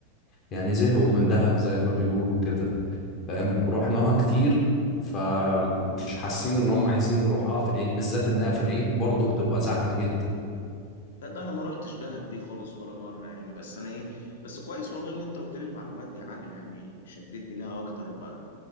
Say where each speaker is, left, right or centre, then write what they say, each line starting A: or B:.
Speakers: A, on the left; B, on the left.
A: يعني زهقوا من دهب زي ما بيقولوا كده فاهم رحناها كتير فمش حاسين ان هم عايزين يروحوها في العيد بالذات انها في العيد برضه بتبقى زحمة جدا
B: لا ده انا ما روحتش دهب دي خالص ولا مره يعني بس انا ايه بس كويس والله ان انت قلت لي المعلومات دي عنها يعني شدتني لها اكتر بقى